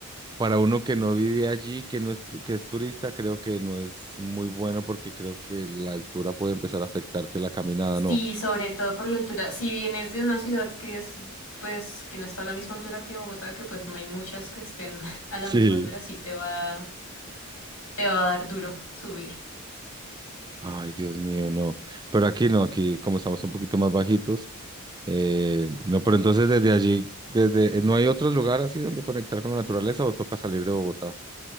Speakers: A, on the right (about 20°); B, on the left (about 75°).
A: para uno que no vive allí, que no es, tu- que es turista, creo que no es muy bueno porque creo que la altura puede empezar a afectarte la caminada,
B: Sí,
A: ¿no?
B: sobre todo por la altura. Si vienes de una ciudad que es, pues, que no está a la misma altura que Bogotá, que pues no hay muchas que estén <laughs> a la
A: Sí.
B: misma altura, sí te va, te va a dar duro subir.
A: Ay, Dios mío, no. Pero aquí no, aquí como estamos un poquito más bajitos, eh, no, pero entonces desde allí, desde, ¿no hay otro lugar así donde conectar con la naturaleza o toca salir de Bogotá?